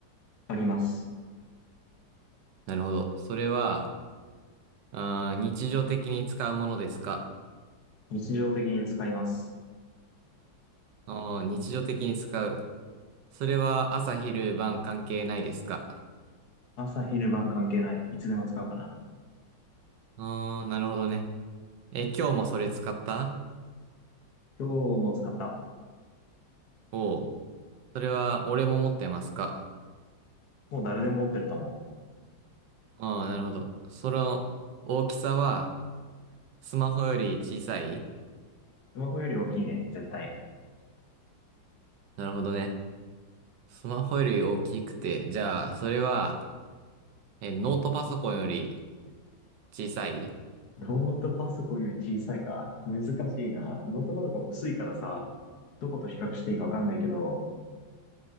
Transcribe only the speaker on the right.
なるほど。それは、あー日常的に使うものですか
あー日常的に使う。それは朝昼晩関係ないですか
あーなるほどね。え、今日もそれ使った
おう。それは俺も持ってますか
ああー、なるほど。その大きさは、スマホより小さい
なるほどね。スマホより大きくて、じゃあ、それは、え、ノートパソコンより小さい